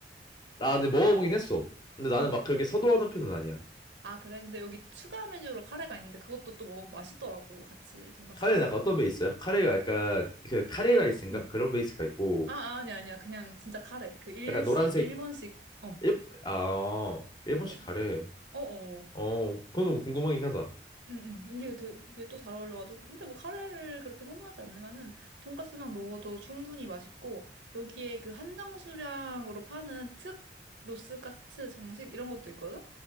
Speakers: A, on the left; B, on the right.
A: 아, 근데 먹어보긴 했어. 근데 나는
B: 어,
A: 막 그렇게
B: 그,
A: 서두르는 편은 아니야.
B: 아, 그래? 근데 여기 추가 메뉴로 카레가 있는데 그것도 또 먹으면 맛있더라고, 같이 돈가스랑.
A: 카레는 약간 어떤 베이스야? 카레가 약간 그 카레 라이스인가?
B: 응.
A: 그런 베이스가 있고
B: 아, 아, 아니야, 아니야. 그냥 진짜 카레. 그 일시,
A: 약간 노란색
B: 일본식. 어,
A: 일, 아, 일본식
B: 어,
A: 카레.
B: 어, 어.
A: 어, 그건 궁금하긴 하다.
B: 응, 응. 이게 되게 또 잘 어울려가지고. 근데 뭐 카레를 그렇게 선호하지 않으면은 돈까스만 먹어도 충분히 맛있고, 여기에 그 한정 수량으로 파는 특 로스가츠 정식 이런 것도 있거든?